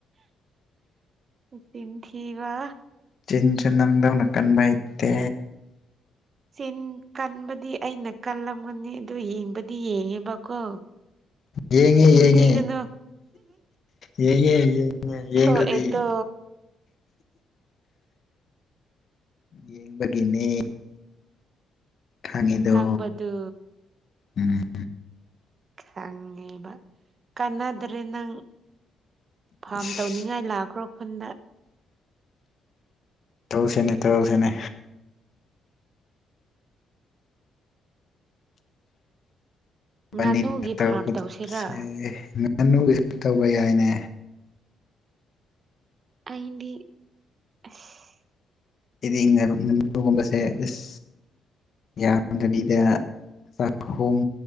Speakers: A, on the right; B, on the left.
A: ꯅꯆꯤꯜ ꯊꯤꯕ
B: ꯆꯤꯟꯁꯨ ꯅꯪꯗꯧꯅ ꯀꯟꯕ ꯍꯩꯇꯦ
A: ꯆꯤꯟ ꯀꯟꯕꯗꯤ ꯑꯩꯅ ꯀꯜꯂꯝꯒꯅꯤ ꯑꯗꯨ ꯌꯦꯡꯕꯗꯤ ꯌꯦꯡꯉꯦꯕꯀꯣ
B: ꯌꯦꯡꯉꯦ
A: ꯆꯤꯟ
B: ꯌꯦꯡꯉꯦ
A: ꯊꯤꯒꯅꯣ
B: ꯌꯦꯡꯉꯦ ꯌꯦꯡꯉꯦ ꯌꯦꯡꯗꯗꯤ
A: <unintelligible> ꯊꯣꯑꯦꯇꯣ
B: ꯌꯦꯡꯕꯒꯤꯅꯦ ꯈꯪꯉꯤꯗꯣ
A: ꯈꯪꯕꯗꯨ
B: ꯎꯝ
A: ꯈꯪꯉꯦꯕ ꯀꯥꯟꯅꯗ꯭ꯔꯦ ꯅꯪ ꯐꯥꯝ
B: ꯏꯁ
A: ꯇꯧꯅꯤꯡ ꯅꯤꯡꯉꯥꯏ ꯂꯥꯛꯈ꯭ꯔꯣ ꯈꯨꯟꯗ
B: ꯇꯧꯁꯤꯅꯦ ꯇꯧꯁꯤꯅꯦ
A: ꯉꯥꯅꯨꯒꯤ
B: ꯅꯤ ꯇꯗꯁꯦ
A: ꯐꯥꯔꯝ ꯇꯧꯁꯤꯔꯥ
B: ꯉꯥꯅꯨꯒꯤꯁꯨ ꯇꯧꯕ ꯌꯥꯏꯅꯦ
A: ꯑꯗꯤ ꯑꯁ
B: ꯗꯤ ꯉꯥꯅꯨꯒꯨꯝꯕꯁꯦ ꯑꯁ ꯌꯥꯝꯗꯕꯤꯗ ꯆꯍꯨꯝ